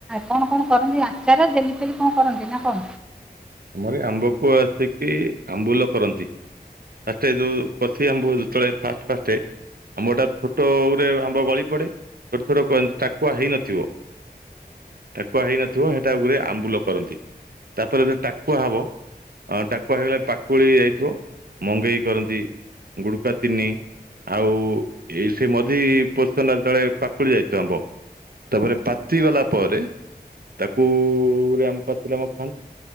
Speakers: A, in the centre; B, on the right.
A: କଣ କଣ କରନ୍ତି ଆ ଆଚାର, ଜେଲି ଫେଲି କଣ କରନ୍ତି ନା କଣ?
B: ଆମରି ଆମ୍ବକୁ ଆସିକି ଆମ୍ବୁଲ କରନ୍ତି। ଫାଷ୍ଟେ ଯୋଉ କଷି ଆମ୍ବ ଯେତବେଳେ ଫାଷ୍ଟ ଫାଷ୍ଟେ। ଆମ୍ବଟା ଛୋଟରେ ଆମ୍ବ ଗଳି ପଡ଼େ। ଛୋଟ ଛୋଟ କ ଟାକୁଆ ହେଇନଥିବ। ଟାକୁଆ ହେଇନଥିବ ହେଟା ଗୁରେ ଆମ୍ବୁଲ କରନ୍ତି। ତାପରେ ଯୋଉ ଟାକୁଆ ହବ ଅଁ ଟାକୁଆ ହେଇଗଲେ ପାକୁଳି ଯାଇଥିବ। ମଙ୍ଗେଇ କରନ୍ତି ଗୁଡ଼ୁକା ଚିନି। ଆଉ ଏଇ ସେ ମଝି ପୋଜିସନ ଯେତେଏଳେ ପାକୁଳି ଯାଇଥିବ ଆମ୍ବ ତାପରେ ପାଚି ଗଲା ପରେ ତାକୁ ଆମ୍ବ ପାଚିଲା ଆମ୍ବ ଖାଆନ୍ତି।